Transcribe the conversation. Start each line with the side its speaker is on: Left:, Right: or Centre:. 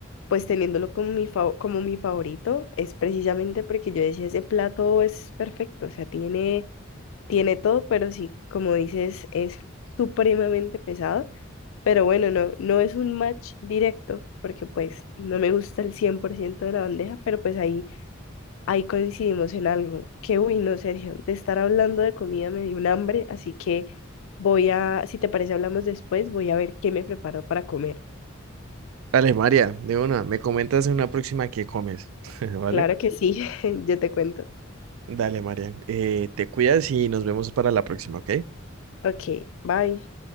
Left: pues teniéndolo como mi, fa- como mi favorito es precisamente porque yo decía, ese plato es perfecto, o sea, tiene, tiene todo, pero sí, como dices, es supremamente pesado, pero bueno, no, no es un match directo, porque pues no me gusta el 100% de la bandeja, pero pues ahí, ahí coincidimos en algo, que uy, no, Sergio, de estar hablando de comida me dio un hambre, así que voy a, si te parece, hablamos después, voy a ver qué me preparo para comer.
Right: Dale, María, de una, me comentas en una próxima qué comes, <laughs> ¿vale?
Left: Claro que sí, <laughs> yo te cuento.
Right: Dale, María, eh, te cuidas y nos vemos para la próxima, ¿ok?
Left: Ok, bye.